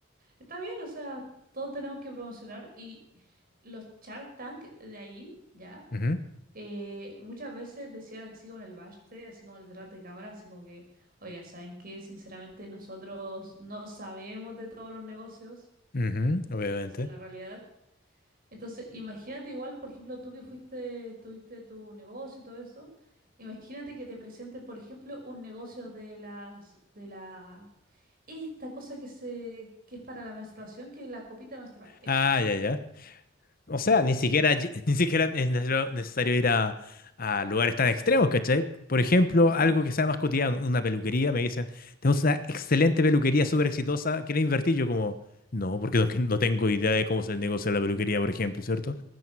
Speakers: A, on the right (about 50°); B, on the left (about 50°).
A: está bien, o sea, todos tenemos que promocionar y los Shark Tank de ahí, ¿ya?
B: Ujú,
A: eh, muchas veces decían así como en el backstage, así como detrás de cámara, así como que, oigan, ¿saben qué? Sinceramente nosotros no sabemos de todos los negocios
B: ujú. Obviamente.
A: y esa es la realidad. Entonces, imagínate igual, por ejemplo, tú que fuiste, tuviste tu negocio y todo eso, imagínate que te presente, por ejemplo, un negocio de las, de la, esta cosa que se, que es para la menstruación, que es la copita menstrual, eso.
B: Ah, ya, ya. O sea, ni siquiera, ll- <laughs> ni siquiera es necesario necesario ir a, a lugares tan extremos, ¿cachai? Por ejemplo, algo que sea más cotidiano, una peluquería, me dicen, tenemos una excelente peluquería súper exitosa, ¿quieres invertir? Yo como, no, porque no, que no tengo idea de cómo es el negocio de la peluquería, por ejemplo, ¿cierto?